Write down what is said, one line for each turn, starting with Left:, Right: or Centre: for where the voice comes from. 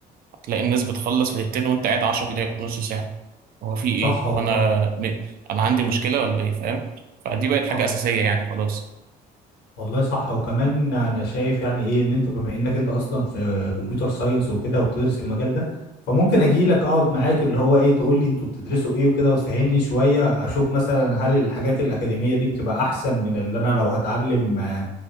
Right: هتلاقي الناس بتخلص في دقيقتين وانت قاعد 10 دقايق نص ساعة هو في ايه
Left: صح
Right: وانا
Left: والله
Right: انا عندي مشكلة ولا ايه فاهم فدي بقت
Left: صح
Right: حاجة اساسية يعني خلاص
Left: والله صح وكمان انا شايف يعني ايه ان انت بما انك انت اصلا في كمبيوتر ساينس وكده وبتدرس المجال ده فممكن اجي لك اقعد معاك اللي هو ايه تقول لي انتوا بتدرسوا ايه وكده وتفهمني شوية اشوف مثلا هل الحاجات الاكاديمية دي بتبقى احسن من اللي انا لو هتعلم آه،